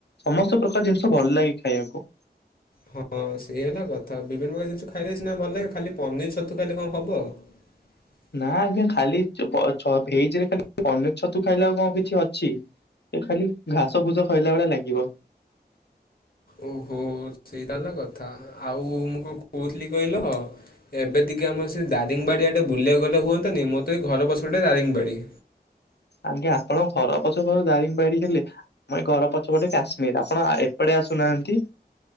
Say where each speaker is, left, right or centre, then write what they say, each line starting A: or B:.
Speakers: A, on the left; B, on the left.
A: ସମସ୍ତ ପ୍ରକାର ଜିନିଷ ଭଲ ଲାଗେ ଖାଇବାକୁ।
B: ହଁ ସେଇ ହେଲା କଥା ବିଭିନ୍ନ ପ୍ରକାର ଜିନିଷ ଖାଇଲେ ସିନା ଭଲ ଲାଗେ ଖାଲି ପନିର ଛତୁ ଖାଇଲେ କଣ ହବ। <inaudible>
A: ନା ଆଜ୍ଞା ଖାଲି ଭେଜ ରେ ଖାଲି ପନିର ଛତୁ ଖାଇଲା କଣ କିଛି ଅଛି। ସେ ଖାଲି ଘାସ ଫୁସ ଖଇଲା ଭଳିଆ ଲାଗିବ।
B: ଓହୋ ସେଇଟା ହେଲା କଥା ଆଉ ମୁଁ କଣ କହୁଥିଲି କହିଲ? ଏବେ ଟିକେ ଆମର ସେ ଦାରିଙ୍ଗବାଡ଼ିଆଡ଼େ ବୁଲିବାକୁ ଗଲେ ହୁଅନ୍ତାନି ମୋରତ ଏଇ ଘର ପଛପଟେ ଦାରିଙ୍ଗବାଡ଼ି।
A: ଆଜ୍ଞା ଆପଣଙ୍କ ଘର ପଛପଟେ ଦାରିଙ୍ଗବାଡି ହେଲେ ମୋର ଏଇ ଘର ପଛପଟେ କାଶ୍ମୀର ଆପଣ ଏପଟେ ଆସୁନାହାନ୍ତି?